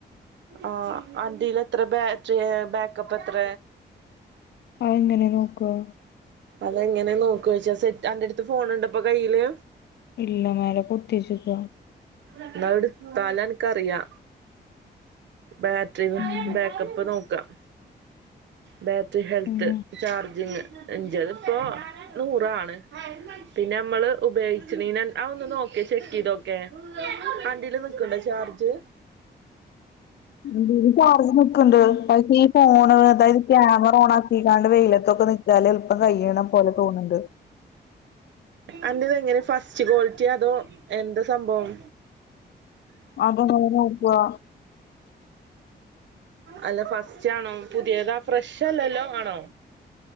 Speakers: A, on the right; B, on the left.
A: ആഹ് ആതീൽ എത്ര ബാറ്ററി ബാക്കപ്പ് എത്ര
B: ആ എങ്ങനെ നോക്കോ
A: അതെങ്ങനെ നോക്കഴിച്ചാ സെറ്റ് അന്റെ അടുത്ത് ഫോണുണ്ട്പ്പോ കയ്യില്
B: ഇല്ല മേല പൊത്തി വച്ചേക്കുവ
A: എന്നടുത്താല് എനിക്കറിയാ ബാറ്ററി
B: ഉം
A: ബാക്കപ്പ് നോക്കാം ബാറ്ററി ഹെൽത്ത്
B: പിന്നെ
A: ചാർജിങ് അഞ്ച് അത്പ്പോ നൂറാണ് പിന്നെ നമ്മള് ഉപയോഗിച്ച് നീനെൻ അ ഒന്ന് നോക്കെ ചെക്ക് ചെയ്തോ ഏ <unintelligible> ന്ക്കണ്ടോ ചാർജ്
B: എന്റീല് ചാർജ് നിക്ക്ണ്ട് പക്ഷേ ഈ ഫോണ് അതായത് ക്യാമറ ഓൺ ആക്കിക്കാണ്ട് വെയിലത്തൊക്കെ നിൽക്കാൽ എളുപ്പം കൈയീണം പോലെ തോന്നുന്നുണ്ട്.
A: അന്റെറത എങ്ങനെ ഫസ്റ്റ് ക്വാളിറ്റി അതോ എന്താ സംഭവം
B: അതെങ്ങനെ നോക്കാ
A: അല്ല ഫസ്റ്റ് ആണോ പുതിയതാ ഫ്രഷല്ലല്ലോ ആണോ